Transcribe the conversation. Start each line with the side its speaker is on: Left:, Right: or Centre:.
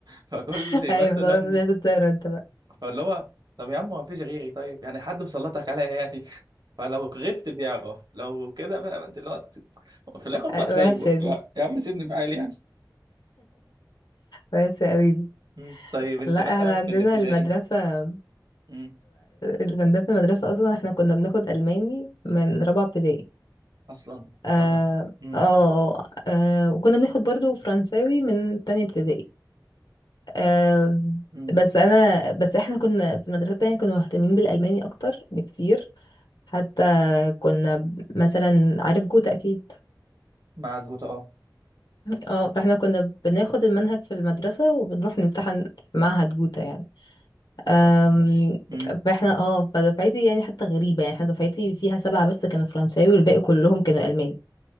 Right: فكل
Left: ايوه طيب
Right: مثلا
Left: لازم تقرا انت بقى
Right: فاللي هو طب يا عم ما فيش غيري طيب يعني حد مسلطك عليا يعني <laughs> فلو غبت بيعرف لو كده بقى انت اللي هو في الاخر انت
Left: أيوة،
Right: سايبه
Left: وحشه دي
Right: يا يا عم سيبني في حالي يعني
Left: وحشه قوي دي
Right: مم. طيب انت
Left: لا
Right: مثلا
Left: احنا عندنا
Right: في الابتدائي
Left: المدرسه
Right: مم.
Left: من ضمن المدرسه اصلا احنا كنا بناخد الماني من رابعه ابتدائي
Right: اصلا
Left: اه
Right: لا ده مم.
Left: اه آه، وكنا بناخد برضو فرنساوي من تانية ابتدائي آه
Right: مم.
Left: بس انا بس احنا كنا في المدرسة التانية كنا مهتمين بالألماني اكتر بكتير حتى كنا ب- مثلا عارف جوتا اكيد
Right: مع الجوتا اه
Left: اه فاحنا كنا بناخد المنهج في المدرسة وبنروح نمتحن في معهد جوتا يعني أم،
Right: طب ماشي مم.
Left: فاحنا اه فدفعتي يعني حتى غريبة يعني احنا دفعتي فيها سبعة بس كانوا فرنساوي والباقي كلهم كانوا ألمان